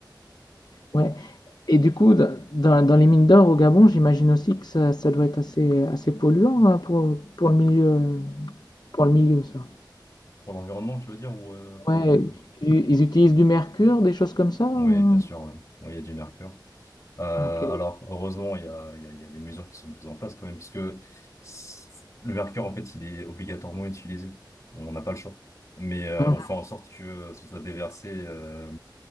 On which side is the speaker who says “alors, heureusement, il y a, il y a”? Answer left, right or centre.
Left